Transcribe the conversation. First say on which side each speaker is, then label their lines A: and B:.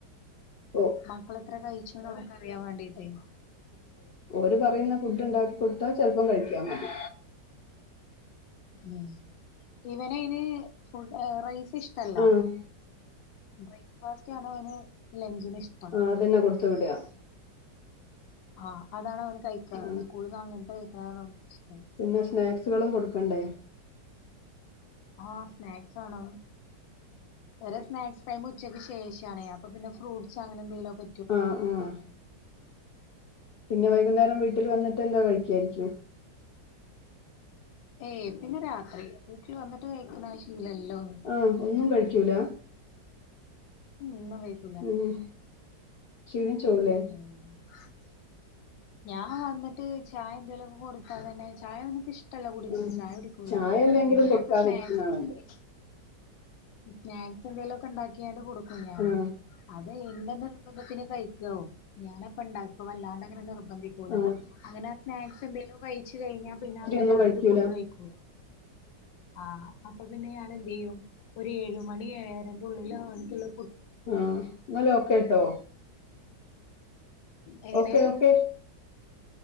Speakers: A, on the left; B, on the left.
A: ഓ
B: മക്കെളെത്ര കഴിച്ചൂന്ന് നമ്ക്ക് അറിയാൻ വേണ്ടിട്ടേ
A: അവര് പറയ്ന്ന ഫുഡ്ണ്ടാക്കി കൊട്ത്താ ചെൽപ്പം കഴിക്കാം മതി
B: ഉം ഇവനയിന് ഫുഡ്‌ റൈസ് ഇഷ്ടല്ല
A: ആഹ്
B: ബ്രേക്ക്ഫാസ്റ്റ്ണ് അവന് ലഞ്ചിന്ന് ഇഷ്ട
A: ആഹ് അതന്നെ കൊടുത്തുവിടാ
B: ആഹ് അതാണ് അവന് കഴിക്കാ
A: ആഹ്
B: സ്കൂളിൽന്ന് അങ്ങനത്തെ കഴിക്കനാണ് അവനിഷിട്ടം
A: പിന്നെ സ്നാക്സുകളും കൊടുക്കണ്ടേ
B: ആഹ് സ്നാക്സോണം ഇവരെ സ്നാക്സ്ടൈം ഉച്ചയ്ക്ക് ശേഷം ആണേ അപ്പൊ പിന്നെ ഫ്രൂട്സ് അങ്ങനെ എന്തെങ്കിലൊക്ക
A: ആഹ് ആഹ് പിന്നെ വൈകുന്നേരം വീട്ടിൽ വന്നിട്ട് എന്താ കഴിക്കായിരിക്കും
B: ഏയ് പിന്നെ രാത്രി വീട്ടില് വന്നിട്ട് കഴിക്ക്ണാ ശീലല്ലോ
A: ആഹ് ഒന്നും കഴിക്കൂലാ
B: ഉം <unintelligible>
A: ഉം ക്ഷീണിച്ചോവൂലേ
B: <unintelligible> ഞാൻ വന്നട്ട് ചായ എന്തേലൊക്കെ കൊടുത്താ തന്നെ ചായ അവനിക്കിഷ് ടല്ല കുടിക്ക്ണ്
A: ഉം
B: ചായ കുടിക്കൂല
A: ചായ എന്തെങ്കിലും
B: എന്തോലൊക്കെ
A: കൊടുക്കാതിരിക്കുന്ന
B: സ്നാക്സ്ണ്ടാക്കി
A: നല്ലത്
B: സ്നാക്സ് എന്തെങ്കിലൊക്കെ ഇണ്ടാക്കിയാണ്ട് കൊടുക്കും ഞാന്
A: ആഹ്
B: അത് എന്റെ നിർബന്ധത്തിന് കഴി <unintelligible> ഞാനപ്പണ്ടാക്കു വല്ലാണ്ടങ്ങനെ നിർബന്ധിക്കൂല
A: ആഹ്
B: അങ്ങനെ സ്നാക്സെന്തേലും കയിച്ച് കഴിഞ്ഞാ പിന്നെ അവന്
A: ഒന്നും
B: രാത്രി
A: കഴിക്കൂല
B: ഫുഡ് കഴിക്കൂല ആഹ് അപ്പൊ പിന്നെ ഞാനെന്തെയ്യും ഒരു ഏഴ് മണി ഏഴരൻ്റുള്ളില് അവന്ക്കിള്ള
A: ഉം ന്നാലോക്കേട്ടോ
B: എങ്ങനെ
A: ഓക്കെ ഓക്കെ